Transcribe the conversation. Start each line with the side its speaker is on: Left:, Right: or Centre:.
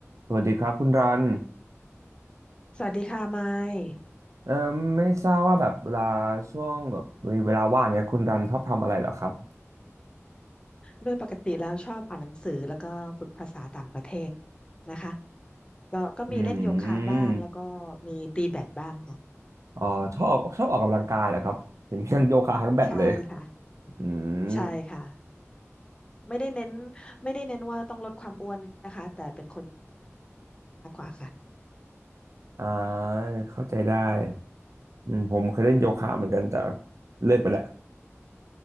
Right: สวัสดีครับคุณรัน
Left: สวัสดีค่ะไมค์
Right: เอ่อไม่ทราบว่าแบบเวลาช่วงแบบมีเวลาว่างเนี้ยคุณรันชอบทำอะไรเหรอครับ
Left: โดยปกติแล้วชอบอ่านหนังสือแล้วก็ฝึกภาษาต่างประเทศนะคะก็ก็มีเล่นโยคะบ้างแล้วก็มีตีแบดบ้างเนาะ
Right: อืมอ๋อชอบชอบออกกำลังกายเหรอครับ เห็นยังโยคะทั้งแบดเลย
Left: ใช่ค่ะ
Right: อืม
Left: ใช่ค่ะไม่ได้เน้นไม่ได้เน้นว่าต้องลดความอ้วนนะคะแต่เป็นค่ะ
Right: อ่าเข้าใจได้อืมผมเคยเล่นโยคะเหมือนกันแต่เลิกไปแล้ว